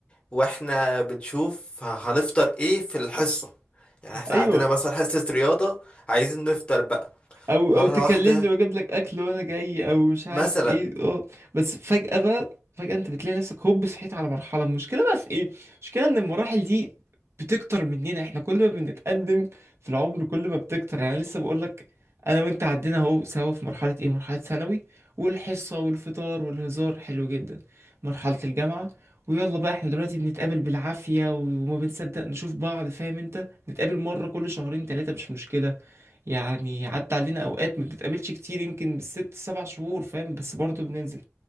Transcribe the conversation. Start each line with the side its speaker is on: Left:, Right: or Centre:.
Left: واحنا بنشوف ه- هنفطر ايه في الحصه يعني احنا
Right: ايوه
Left: عندنا مثلا حصه رياضه عايزين نفطر بقى
Right: او
Left: مره
Right: او تكلمني
Left: واحده
Right: واجيب لك اكل وانا جاي او مش عارف
Left: مثلا
Right: ايه اه بس فجأة بقى فجأة انت بتلاقي نفسك هوب صحيت على مرحلة المشكلة بقى في ايه المشكلة ان المراحل دي بتكتر مننا احنا كل ما بنتقدم في العمر كل ما بتكتر يعني أنا لسه بقول لك انا وانت عدينا اهو سوا في مرحلة ايه مرحلة ثانوي والحصة والفطار والهزار حلو جدا مرحلة الجامعة ويلا بقى احنا دلوقتي بنتقابل بالعافية وما بنصدق نشوف بعض فاهم انت نتقابل مرة كل شهرين تلاتة مش مشكلة يعني عدى علينا اوقات ما بنتقابلش كتير يمكن بالست سبع شهور فاهم بس برضه بننزل